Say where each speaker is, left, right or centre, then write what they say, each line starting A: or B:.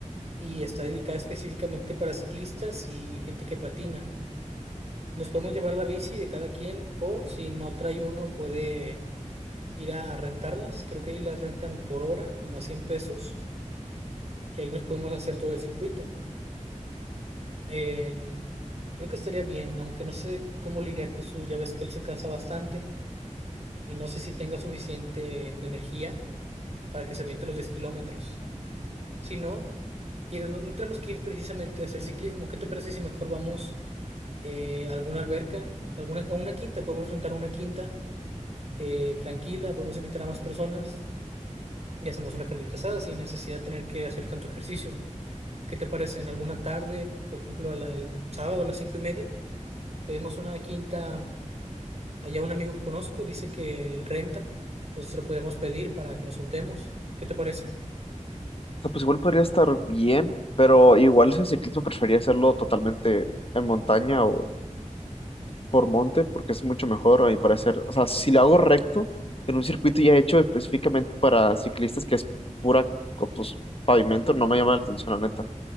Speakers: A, on the right (about 55°); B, on the left (about 45°).
A: y está dedicada específicamente para ciclistas y gente que patina. Nos podemos llevar la bici de cada quien o si no trae uno puede ir a rentarlas. Creo que ahí las rentan por hora, como a 100 pesos, y ahí nos podemos hacer todo el circuito. En- creo que estaría bien, aunque no sé cómo le iría a Jesús, ya ves que él se cansa bastante y no sé si tenga suficiente energía para que se aviente los 10 kilómetros. Si no, mira, no, no tenemos que ir precisamente a hacer ciclismo. ¿Qué te parece si mejor vamos? eh, alguna alberca, alguna, a una quinta, podemos rentar una quinta eh, tranquila, podemos invitar a más personas y hacemos una carnita asada sin necesidad de tener que hacer tanto ejercicio. ¿Qué te parece? En alguna tarde, por ejemplo, a la- el sábado a las cinco y media, pedimos una quinta. Allá un amigo que conozco dice que él renta, entonces lo podríamos pedir para que nos juntemos. ¿Qué te parece?
B: sea, pues igual podría estar bien, pero igual ese ciclismo prefería hacerlo totalmente en montaña o por monte, porque es mucho mejor a mi parecer. O sea, si lo hago recto, en un circuito ya hecho específicamente para ciclistas, que es pura, co- pues, pavimento, no me llama la atención, la neta.